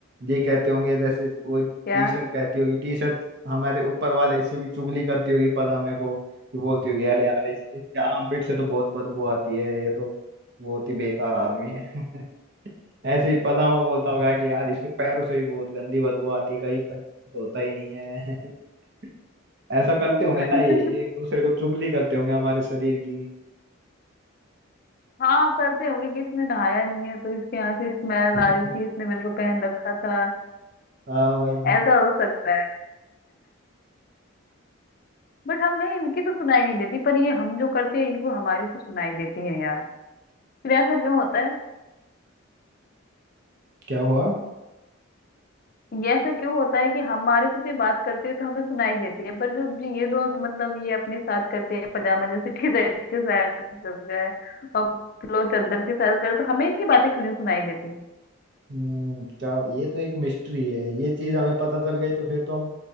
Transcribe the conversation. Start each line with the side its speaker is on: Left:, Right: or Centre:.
Right: ये कहते होंगे जैसे वो
Left: क्या
Right: टी शर्ट कहती होगी टी शर्ट हमारे ऊपर वाले हिस्से की चुगली करती होगी पता मेरे को कि बोलती होगी अरे यार इस, इसके आर्मपिट से तो बहुत बदबू आती है ये तो बहुत ही बेकार आदमी है <laughs> ऐसे ही पदामा बोलता होगा कि यार इसके पैरों से भी बहुत गंदी बदबू आती है कहीं तक होता ही नहीं है <laughs> ऐसा करते
Left: <laughs>
Right: होंगे ना ये ये एक दूसरे को चुगली करते होंगे हमारे शरीर की
Left: हाँ करते होंगे कि इसने नहाया नहीं है तो इसके यहाँ से स्मेल
Right: <laughs>
Left: आ रही थी इसने मेरे को पहन रखा था
Right: हाँ भाई
Left: ऐसा हो सकता है बट हमें इनकी तो सुनाई नहीं देती पर ये हम जो करते हैं इनको हमारी तो सुनाई देती है यार फिर ऐसा क्यों होता है
Right: क्या हुआ
Left: ये ऐसा क्यों होता है कि हमारे साथ ये बात करते हैं तो हमें सुनाई देती है पर जो जो ये दो मतलब ये अपने साथ करते हैं पजामा जैसे <laughs> टी शर्ट के साथ करते हैं और पिलो चादर के साथ करते तो हमें इनकी बातें क्यों नहीं सुनाई देती
Right: हम्म क्या ये तो एक मिस्ट्री है ये चीज हमें पता चल गई तो फिर तो हम